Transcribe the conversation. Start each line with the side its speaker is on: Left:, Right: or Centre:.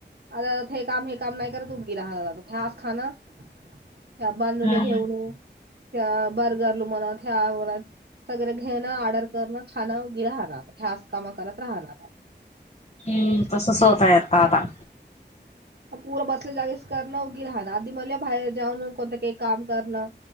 Right: आता हे काम हे काम नाही कर तूगी राह ते आस खाणं. त्या बांनू
Left: हम्म
Right: ला घेऊन त्या बारजरला म्हणा त्या <unintelligible> सगळ घेणं ऑर्डर करणं, खाणं उगी राहणार ह्यास कामा करत राहणार.
Left: हम्म तसच होतय आता आता.
Right: पुूं बसल्या जागेच करणं उगी राहणं आधी म बाहेर जाऊन कोणतं काही काम करणं.